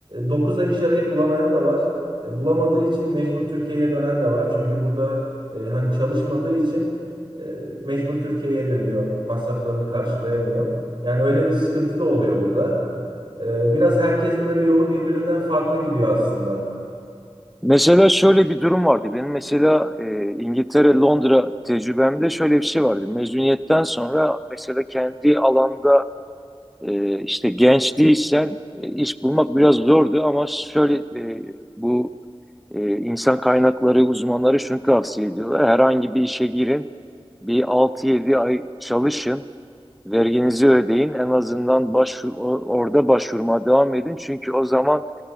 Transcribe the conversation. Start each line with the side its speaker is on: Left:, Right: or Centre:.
Right: 9 ay iş arayıp bulamayan da var. E, Bulamadığı için mecbur Türkiye'ye dönen de var. Çünkü burada e, hani çalışmadığı için e, mecbur Türkiye'ye dönüyor. Masraflarını karşılayamıyor. Yani öyle bir sıkıntı da oluyor burada. E, Biraz herkesin böyle yolu birbirinden farklı gidiyor aslında.
Centre: Mesela şöyle bir durum vardı. Benim mesela e, İngiltere, Londra tecrübemde şöyle bir şey vardı. Mezuniyetten sonra mesela kendi alanda e, işte genç değilsen e, iş bulmak biraz zordu ama şöyle e, bu e, insan kaynakları uzmanları şunu tavsiye ediyorlar. Herhangi bir işe girin, bir altı yedi ay çalışın, verginizi ödeyin. En azından başvur, o- orada başvurmaya devam edin. Çünkü o zaman